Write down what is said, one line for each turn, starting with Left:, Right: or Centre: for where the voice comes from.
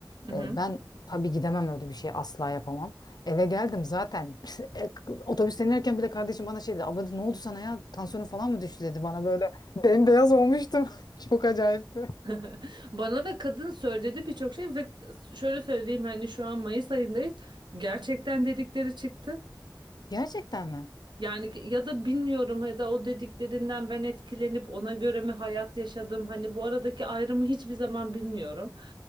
Right: Hı
Left: E,
Right: hı.
Left: ben tabii gidemem öyle bir şey asla yapamam. Eve geldim zaten. <laughs> Otobüsten inerken bile kardeşim bana şey dedi. Abla dedi, ne oldu sana ya? Tansiyonun falan mı düştü dedi bana böyle. Bembeyaz olmuştum. <laughs> Çok acayipti.
Right: <laughs> Bana da kadın söyledi birçok şey ve şöyle söyleyeyim hani şu an Mayıs ayındayız. Gerçekten dedikleri çıktı.
Left: Gerçekten mi?
Right: Yani ya da bilmiyorum ya da o dediklerinden ben etkilenip ona göre mi hayat yaşadım? Hani bu aradaki ayrımı hiçbir zaman bilmiyorum.